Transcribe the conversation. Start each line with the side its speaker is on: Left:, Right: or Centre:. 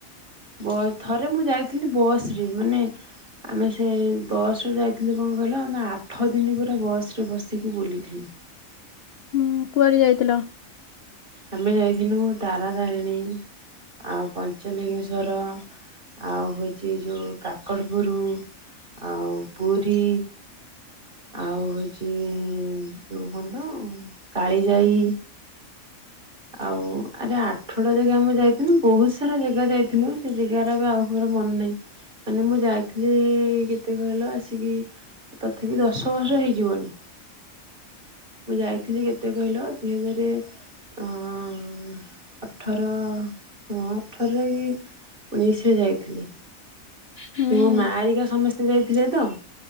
Right: ବସ୍ ଥରେ ମୁଁ ଯାଇଥିଲି ବସ ରେ ମାନେ ଆମେ ସେ ବସରେ ଯାଇଥିଲୁ କଣ କହିଲ ଆମେ ଆଠ ଆଠ ଦିନି ପୁରା ବସ୍ ରେ ବସିକି ବୁଲିଥିନୁ।
Left: ହୁଁ କୁଆଡେ ଯାଇଥିଲ?
Right: ଆମେ ଯାଇଥିନୁ ତାରା ତାରିଣୀ। ଆଉ ପଞ୍ଚଲିଙ୍ଗେଶ୍ଵର। ଆଉ ହେଉଛି ଯେଉଁ କାକଟପୁର ଆଉ ପୁରୀ। ଆଉ ହେଉଛି ଯେଉଁ କଣ ତ କାଳିଜାଇ। ଆଉ ଆରେ ଆଠଟା ଜାଗା ଆମେ ଯାଇଥିଲୁ ବହୁତ ସାରା ଜାଗା ଯାଇଥିଲୁ ସେ ଜାଗା ଗୁରା ଆଉ। ମୋର ମନ ନାହିଁ ମାନେ ମୁଁ ଯାଇଥିଲି କେତେ କହିଲ ଆସିକି। ତଥାପି ଦଶ ବର୍ଷ ହେଇଯିବଣି। ମୁଁ ଯାଇଥିଲି କେତେ କହିଲ ଦିଇ ହଜାର। ଅଁ ଅଁ ଅଠର ହଁ ଅଠରରେ ବି। ଉଣେଇଶରେ ଯାଇଥିଲି।
Left: ହୁଁ
Right: ସେ ମୋ ମା ଆରିକା ସମସ୍ତେ ଯାଇଥିଲେ ତ।